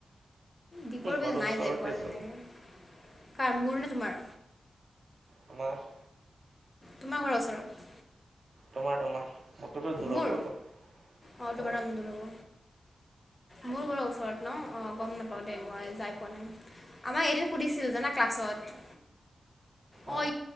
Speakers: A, on the left; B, on the right.
A: দ্বীপৰ
B: ঘৰৰ
A: বিল নাই
B: ওচৰতেচোন
A: যাই পোৱা আজিলৈকে, কাৰ মোৰ নে তোমাৰ?
B: তোমাৰ?
A: তোমাৰ ঘৰৰ ওচৰত।
B: তোমাৰ তোমাৰ, মোৰতোটো দূৰ
A: মোৰ
B: হ'ব অলপ,
A: অঁ তোমাৰ
B: অহ।
A: অলপমান দূৰ হ'ব মোৰ ঘৰৰ ওচৰত ন', অ', গম নাপাওঁ দেই, মই যাই পোৱা নাই, আমাক এদিন সুধিছিল জানা ক্লাছত। অঁ
B: আহ।